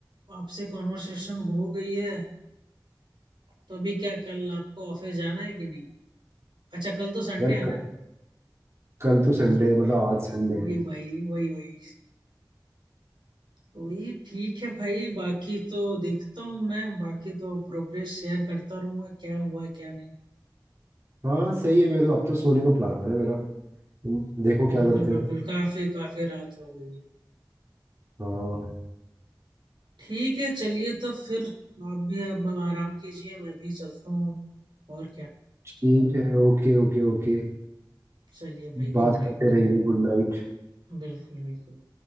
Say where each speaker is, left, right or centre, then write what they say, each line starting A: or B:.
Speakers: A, on the right; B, on the right.
A: आपसे कॉन्वर्सेशन हो गई है तो अभी क्या कल आपको ऑफिस जाना है कि नहीं अच्छा कल तो संडे
B: यार
A: है
B: कल,
A: ना
B: कल
A: कल
B: तो संडे
A: तो संडे
B: है मतलब
A: है भाई
B: आज संडे
A: वही
B: है
A: भाई वही वही वही ठीक है भाई बाकी तो देखता हूँ मैं बाकी तो प्रोग्रेस शेयर करता रहूंगा क्या हुआ क्या नहीं
B: हाँ सही है मेरे अब तो सोने का प्लान है मेरा तुम देखो क्या
A: बिल्कुल
B: करते
A: बिल्कुल
B: हो
A: काफी काफी रात हो गई है
B: हाँ
A: ठीक है चलिए तो फिर आप भी अब आराम कीजिए मैं भी चलता हूँ और क्या
B: ठीक है ओके ओके ओके
A: चलिए भाई
B: बात
A: गुड नाइट
B: करते रहेंगे गुड नाइट
A: बिल्कुल बिल्कुल